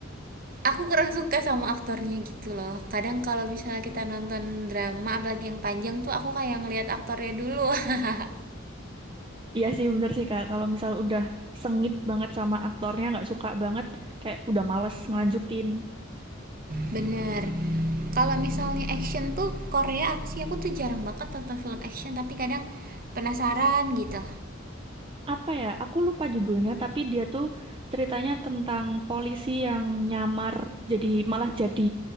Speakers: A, on the right (about 45°); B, on the right (about 25°).
A: aku kurang suka sama aktornya gitu loh kadang kalau misalnya kita nonton drama apalagi yang panjang tuh aku kayak ngelihat aktornya dulu <laughs>
B: Iya sih bener sih Kak, kalau misal udah sengit banget sama aktornya, nggak suka banget, kayak udah males ngelanjutin.
A: bener kalau misalnya action tuh Korea apa sih aku tuh jarang banget nonton film action tapi kadang penasaran gitu
B: Apa ya, aku lupa judulnya, tapi dia tuh ceritanya tentang polisi yang nyamar, jadi malah jadi,